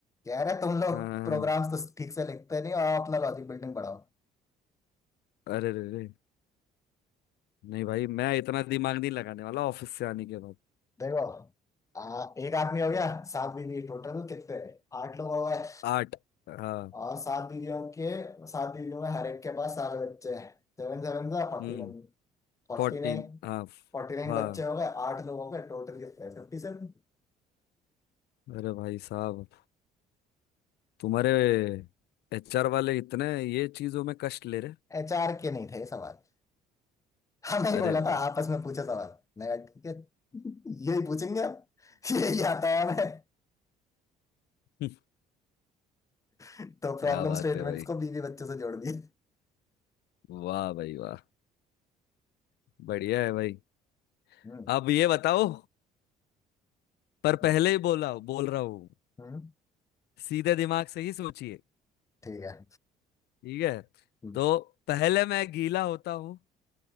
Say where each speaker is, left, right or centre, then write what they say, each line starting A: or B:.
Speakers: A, on the left (about 20°); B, on the left (about 75°).
A: कह रहे तुम लोग
B: हाँ हाँ
A: प्रोग्राम्स
B: हाँ।
A: तो ठीक से लिखते नहीं और अपना लॉजिक बिल्डिंग बढ़ाओ
B: अरे रे रे नहीं भाई मैं इतना दिमाग नहीं लगाने वाला ऑफिस से आने के बाद
A: देखो आ, एक आदमी हो गया सात बीवी टोटल कितने आठ लोग हो गए
B: आठ हाँ
A: और सात बीवियों के सात बीवियों में हर एक के पास सारे बच्चे हैं सेवन सेवन से फोर्टी
B: हम्म
A: नाइन फोर्टी
B: फोर्टीन
A: नाइन
B: हाँ फ-
A: फोर्टी नाइन
B: हाँ
A: बच्चे हो गए आठ लोगों के टोटल कितने फिफ्टी सेवन
B: अरे भाई साहब तुम्हारे एचआर वाले इतने ये चीजों में कष्ट ले रहे
A: एचआर के नहीं थे ये सवाल हमने ही
B: अरे
A: बोला
B: रे
A: था
B: रे
A: आपस में पूछे सवाल मैं कहा ठीक है यही पूछेंगे अब यही आता है हमें
B: <laughs>
A: तो प्रॉब्लम
B: क्या बात
A: स्टेटमेंट्स
B: है भाई
A: को बीवी बच्चों से जोड़ दिए
B: वाह भाई वाह बढ़िया है भाई
A: हम्म
B: अब ये बताओ पर
A: बहुत-
B: पहले ही बोला बोल रहा हूँ
A: हम्म
B: सीधे दिमाग से ही सोचिए
A: ठीक है
B: ठीक है
A: हम्म,
B: तो पहले मैं गीला होता हूँ